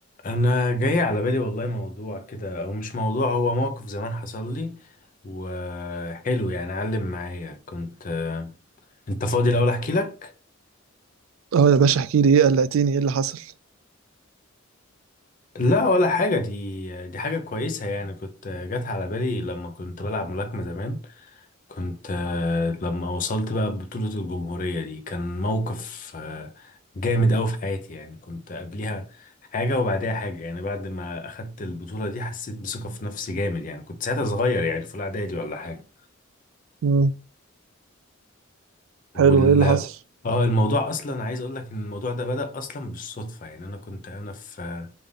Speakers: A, on the left; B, on the right.
A: انا جاي على بالي والله موضوع كده او مش موضوع هو موقف زمان حصل لي وحلو يعني علم معايا كنت انت فاضي الاول احكي لك
B: اه يا باشا احكي لي ايه قلقتني ايه اللي حصل
A: لا ولا حاجه دي دي حاجه كويسه يعني كنت جت على بالي لما كنت بلعب ملاكمه زمان كنت لما وصلت بقى بطوله الجمهوريه دي كان موقف جامد أوي في حياتي يعني كنت قبليها حاجة وبعديها حاجة يعني بعد ما أخدت البطولة دي حسيت بثقة في نفسي جامد يعني كنت ساعتها صغير يعني في الإعدادي ولا حاجة
B: مم. حلو
A: وال
B: ايه اللي حصل
A: اه الموضوع اصلا عايز اقول لك ان الموضوع ده بدأ اصلا بالصدفة يعني انا كنت انا في